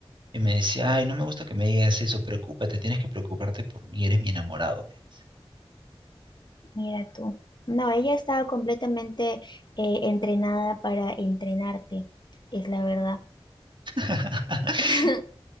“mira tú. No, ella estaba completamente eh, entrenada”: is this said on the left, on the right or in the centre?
Left